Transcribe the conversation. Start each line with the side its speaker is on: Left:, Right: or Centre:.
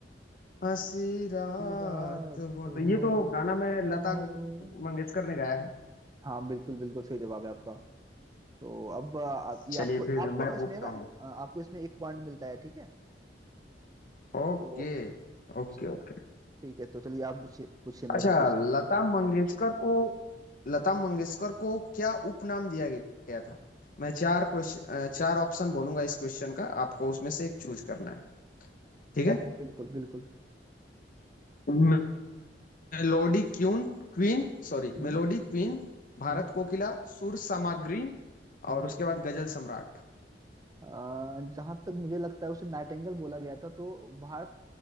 Left: हंसी रात
Right: रात
Left: हो
Right: हो
Left: तो ये तो गाना मैं
Right: ना
Left: लता
Right: हो
Left: मंगेशकर ने गाया है
Right: हाँ बिल्कुल बिल्कुल सही जवाब है आपका तो अब आ, आप, ये
Left: चलिए
Right: आपको
Left: फिर
Right: आपको
Left: मैं
Right: ना इसमें
Left: पूछता
Right: ना
Left: हूँ
Right: आ, आपको इसमें एक पॉइंट मिलता है ठीक है
Left: Okay
Right: तो
Left: okay
Right: चल-
Left: okay
Right: ठीक है तो चलिए आप पूछिए पूछिए
Left: अच्छा
Right: मेरे से क्वेश्चन
Left: लता मंगेशकर को लता मंगेशकर को क्या उपनाम दिया गया था मैं चार क्वेश्चन चार ऑप्शन बोलूंगा इस क्वेश्चन का आपको उसमें से एक चूज करना है ठीक
Right: बिल्कुल बिल्कुल
Left: है मेलोडी क्यून queen sorry
Right: हम्म
Left: melody queen Bharat
Right: हम्म
Left: Kokila सुर सामग्री
Right: हम्म
Left: और उसके बाद गजल सम्राट
Right: जहां तक मुझे लगता है उसे नाइटेंगल बोला गया था तो भारत